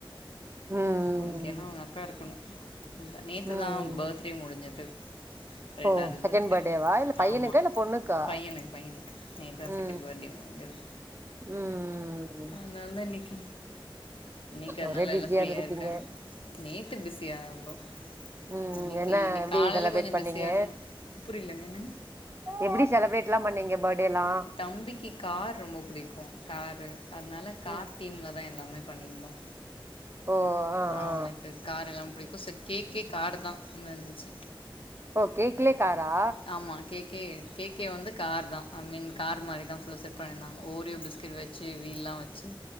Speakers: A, on the right; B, on the left.
A: ம்
B: அவனுக்கு என்னா அவுங்க அக்கா இருக்கணு ம் ப நேத்து
A: ம்
B: தா பர்த்டே முடுஞ்சது ரெண்டாவது
A: ஓ செகண்ட்
B: பர்த்டே
A: பர்த்டேவா இல்ல பையனுக்கா
B: ஆமா
A: இல்ல பொண்ணுக்கா
B: பையனுக்கு பையனுக்கு நேத்தா
A: ம்
B: செகண்ட் பர்த்டே முடுஞ்சது
A: ம்
B: அ அந்தன்னக்கி இன்னக்கி அதுனால
A: ஒரே பிஸியா
B: எல்லா ஃப்ரீயா
A: இருந்திருப்பீங்க
B: இருக்காங்க நேத்து பிஸியா இருந்தோ
A: ம்
B: இன்னக்கி
A: என்ன
B: இன்னக்கி
A: எப்டி
B: காலேல
A: செலப்ரேட்
B: கொஞ்ச
A: பண்ணீங்க
B: பிஸியா இருந்தோ புரிலங்க என்னங்க
A: எப்டி செலப்ரேட்ல்லா பண்ணீங்க பட்டேல்லா
B: தம்பிக்கு கார் ரொம்ப புடிக்கு காரு அதுனால கார்
A: ம்
B: தீம்ல தா எல்லாமே பண்ணியிருந்தோ
A: ஓ ஆ
B: அவனுக்கு
A: ஆ
B: காரெல்லா புடிக்கு சேர் கேக்கே காரு தா வந்துருந்துச்சு
A: ஓ கேக்லயே காரா
B: ஆமா கேக்கே கேக்கே வந்து கார் தா ஐ மீன் கார் மாரி தா ஃபுல்லா செட் பண்ணிருந்தாங்க ஓரியோ பிஸ்கெட் வச்சு வீல்லா வச்சு